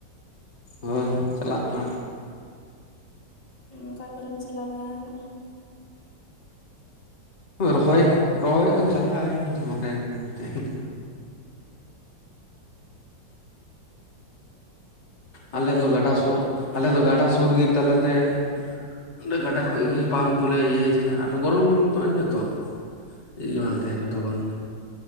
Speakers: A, on the left; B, on the left.
A: ᱦᱳᱭ ᱪᱟᱞᱟᱜ-ᱟ
B: ᱚᱠᱟ ᱠᱚᱨᱮᱢ ᱪᱟᱞᱟᱣ ᱵᱟᱲᱟ ᱟᱠᱟᱱᱟ
A: ᱨᱚᱦᱚᱭ ᱨᱚᱦᱚᱭ ᱠᱚ ᱪᱟᱞᱟᱜᱼᱟ ᱤᱧᱟᱭ ᱟᱞᱮ
B: ᱞᱟᱹᱭ
A: ᱫᱚ
B: ᱫᱟᱞᱤᱧ
A: ᱜᱟᱰᱟ
B: ᱱᱚᱝᱠᱟ
A: ᱥᱩᱨ ᱟᱞᱮ
B: ᱤᱭᱟᱹ
A: ᱫᱚ ᱜᱟᱰᱟ ᱥᱩᱨ ᱜᱮ ᱛᱟᱞᱮᱛᱮ ᱚᱸᱰᱮ ᱜᱟᱰᱟ ᱠᱷᱚᱱᱚᱡ ᱜᱮ ᱯᱟᱢᱯ ᱠᱚᱞᱮ ᱤᱭᱟᱹᱭ ᱛᱟᱦᱮᱱᱟ ᱟᱫᱚ ᱜᱚᱨᱚᱢ ᱫᱤᱱ ᱢᱚᱛᱚ ᱟᱡᱮᱛᱚ ᱪᱮᱫ
B: ᱦᱮᱸ
A: ᱜᱮ ᱵᱟᱝ ᱛᱟᱦᱮᱱᱟ ᱛᱚᱠᱷᱚᱱ